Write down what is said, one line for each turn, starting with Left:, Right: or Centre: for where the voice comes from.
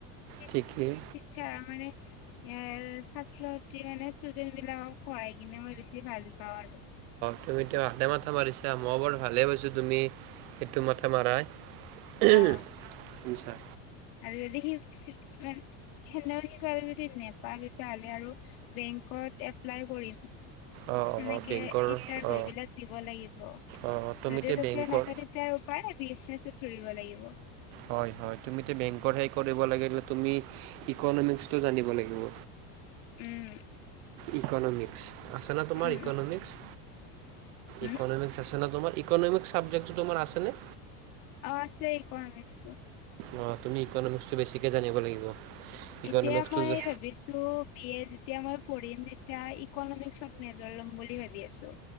Left: ই,
Right: ঠিকেই
Left: ইচ্ছা মানে ইয়াৰ ছাত্ৰ ছাত্ৰী মানে ষ্টুডেন্ট বিলাকক পঢ়াই কিনে মই বেছি ভাল পাওঁ আৰু।
Right: তুমিটো তাতে মাথা মাৰিছা। ময়ো বাৰু ভালে পাইছোঁ, তুমি সেইটো মাথা মাৰাই। উম,
Left: অ',
Right: শুনছা?
Left: আৰু যদি সি, মান সেনেও সি সেটো আৰু যদি নেপা, তেতিয়া হ'লে আৰু বেংকত এপ্লাই কৰিম।
Right: অ
Left: সেনেকে,
Right: অ বেংকৰ
Left: ইন্টাৰভিউ
Right: অ
Left: বিলাক দিব লাগিব। যদিও
Right: অ তুমি এতিয়া
Left: তেতিয়া
Right: বেংকৰ
Left: নাপা, তেতিয়া আৰু উপায় নাই, বিজনেছত ধৰিব লাগিব।
Right: হয়, হয়, তুমিটো বেংকৰ সেই কৰিব লাগিলে তুমি, ইকনমিক্সটো জানিব লাগিব।
Left: উম।
Right: ইকনমিক্স, আছে না তোমাৰ
Left: উম,
Right: ইকনমিক্স?
Left: উম, হুম,
Right: ইকনমিক্স আছে না তোমাৰ, ইকনমিক চাবজেক্টটো তোমাৰ আছে নে?
Left: অ', আছে ইকনমিক্সটো।
Right: অ', তুমি ইকনমিক্সটো বেছিকে জানিব লাগিব। ইকনমিক্সটো
Left: এতিয়া মই ভাবিছোঁ, বি এ যেতিয়া মই পঢ়িম, তেত তিয়া, ইকনমিক্সত মেজৰ ল'ম বুলি ভাবি আছোঁ।